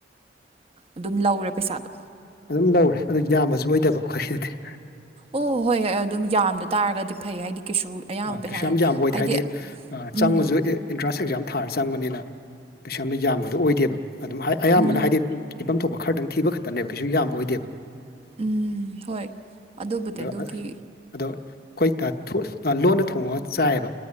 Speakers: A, on the right; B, on the left.
A: ꯑꯗꯨꯝ ꯂꯧꯔꯦ ꯄꯩꯁꯥꯗꯣ
B: ꯑꯗꯨꯝ ꯂꯧꯔꯦ ꯑꯗꯨ ꯌꯥꯝꯕꯖꯨ ꯑꯣꯏꯗꯕ ꯑꯈꯣꯏꯒꯤꯗꯤ
A: ꯑꯣ ꯍꯣꯏ ꯑꯗꯨꯝ ꯌꯥꯝꯗ ꯇꯥꯔꯒꯗꯤ ꯐꯩ ꯍꯥꯏꯗꯤ ꯀꯩꯁꯨ ꯑꯌꯥꯝꯕ
B: ꯑꯥ
A: ꯄꯩꯁꯥꯅ
B: ꯀꯩꯁꯨ ꯌꯥꯝ ꯌꯥꯝꯕ ꯑꯣꯏꯗꯦ
A: ꯍꯥꯏꯗꯤ
B: ꯑꯥ
A: ꯎꯝ
B: ꯆꯪꯕꯖꯨ ꯑꯦ ꯑꯦꯟꯇ꯭ꯔꯥꯟꯁ ꯑꯦꯛꯖꯥꯝ ꯊꯥꯔ ꯆꯪꯕꯅꯤꯅ ꯄꯩꯁꯥ ꯌꯥꯝꯅ ꯌꯥꯝꯕꯗꯣ ꯑꯣꯏꯗꯦꯕ ꯑꯗꯨꯝ ꯍꯥꯏ ꯑꯌꯥꯝꯕꯅ
A: ꯎꯝ
B: ꯍꯥꯏꯗꯤ ꯄꯤꯐꯝ ꯊꯣꯛꯄ ꯈꯔꯗꯪ ꯊꯤꯕ ꯈꯠꯇꯅꯦꯕ ꯀꯩꯁꯨ ꯌꯥꯝꯕ ꯑꯣꯏꯗꯦꯕ
A: ꯎꯝ ꯍꯣꯏ ꯑꯗꯨꯕꯨꯗꯤ
B: ꯑꯗꯣ
A: ꯑꯗꯨꯒꯤ
B: ꯑꯗꯣ ꯈꯣꯏ ꯇꯥ ꯊꯣꯠ ꯑꯥ ꯂꯣꯟꯅ ꯊꯣꯡꯉꯒ ꯆꯥꯏꯌꯦꯕ